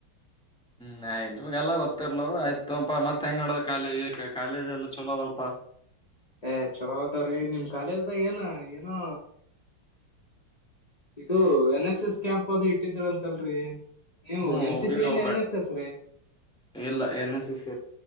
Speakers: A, on the left; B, in the centre.
A: <inaudible>
B: ನಾ ನಿಮಗೆಲ್ಲ ಗೊತ್ತಿರ್ಲ ಆಯ್ತುಪಾ ಮತ್ ಹೆಂಗಡ ಕಾಲ ಕಾಲೇಜ್ ಎಲ್ಲ ಚಲೋದಲ್ಪ
A: ಏ ಚಲೋ ಆತಾವ್ರೀ ನಿಮ್ ಕಖಾಲಿಲ್ದಾಗ ಏನ ಏನೋ ಇದು ಎನ್ ಎಸ್ ಎಸ್ ಕ್ಯಾಂಪ್ ಅದು ಇಟ್ಟಿದ್ರ ಅಂತಲ್ರಿ ನೀವು
B: ಹ್ಮ್
A: ಎನ್
B: ಹೋಗಿದ್ದೆ
A: ಸಿ ಸಿ ಏನ್ ಎನ್
B: ಬ
A: ಎಸ್ ಎಸ್ ರೀ
B: ಇಲ್ಲ ಎನ್ ಎಸ್ ಎಸ್